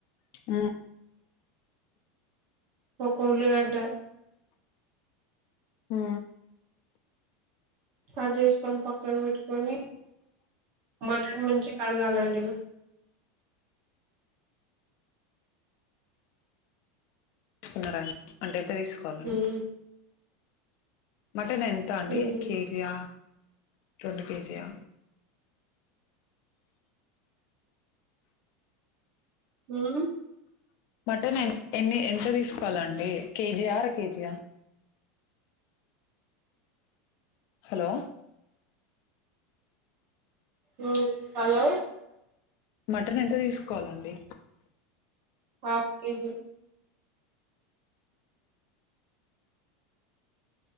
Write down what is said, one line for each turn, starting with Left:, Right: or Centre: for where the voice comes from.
Left: ఆ
Right: ఒకకలిగా ఉంట
Left: ఆ
Right: కట్ చేేసుకొని పక్కన పెట్టుకొని మటన్ మంచి గా కడగాలండి
Left: తీసుకున్నారంన్ అంటే త తీసుకోవాలనీ
Right: ఉమ్
Left: మటన్ ఎంత అండి
Right: ఉమ్
Left: కేజీయా రెండు కేజీ యా
Right: మ్
Left: మటన్ ఎ ఎన్ని ఎంత తీసుకోవాలండి కేజి ఆ అరకేజియా హలో
Right: మ్ హలో
Left: మటన్ ఎంత తీసుకోవాలండి
Right: హఫ్ కేజీ